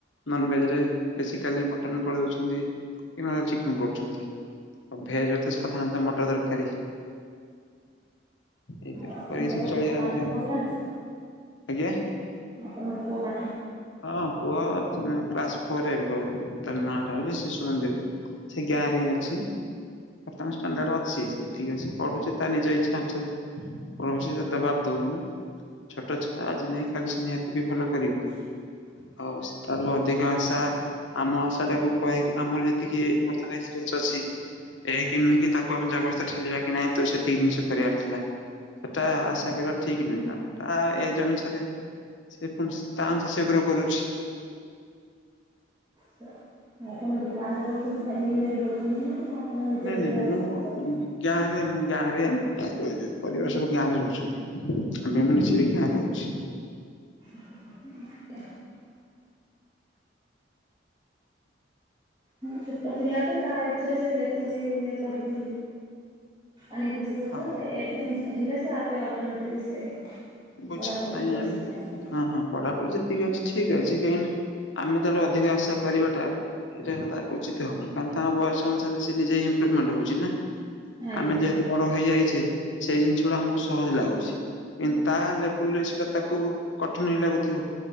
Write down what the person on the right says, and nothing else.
ଆଉ ଆପଣଙ୍କର
ପୁଅ ପାଠ
ପଢ଼ିଲାଣି?
ଆପଣଙ୍କ ପୁଅ ପା
<inaudible>
ସାର୍। ଆପଣ ଯୋଉ ବାହାରେ ରହୁଛନ୍ତି ଫ୍ୟାମିଲି ନେଇକି ରହୁଛନ୍ତି ନା ଆପଣ ନିଜେ
ରୋଷେଇବାସ
କରି ଖାଇବେ?
<unintelligible> ହୁଁ ଛୋଟ ପିଲାଟେ ତା ଏଥିରେ ସେ ଯେତିକି ଇଏ କରିକି ଆଣିକି ଯିବ
ଯିଏ ତା ଏଜେ ହେଲେ ସେ ଆପେ ଅଟୋମେଟିକି ସେ
ପଢ଼ାପଢ଼ି
ବେଶୀ
ଧ୍ୟାନ ଦିଏ।
ଆଜ୍ଞା